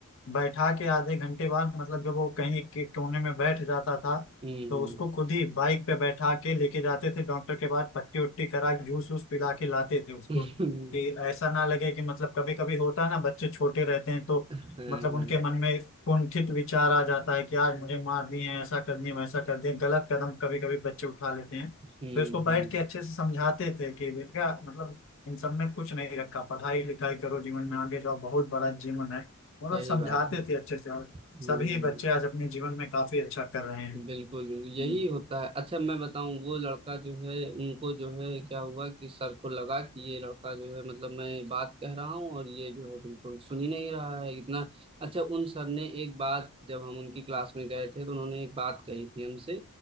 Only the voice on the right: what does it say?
हम्म
हम्म,
हाँ,
हाँ,
हम्म,
सही
बात है
हम्म
बिल्कुल बिल्कुल यही
होता है अच्छा मैं बताऊं वो लड़का जो है उनको जो है क्या हुआ कि सर को लगा कि ये लड़का जो है मतलब मैं बात कह रहा हूँ और ये जो है बिल्कुल सुन ही नहीं रहा है इतना अच्छा उन सर ने एक बात जब हम उनकी क्लास में गए थे तो उन्होंने एक बात कही थी हमसे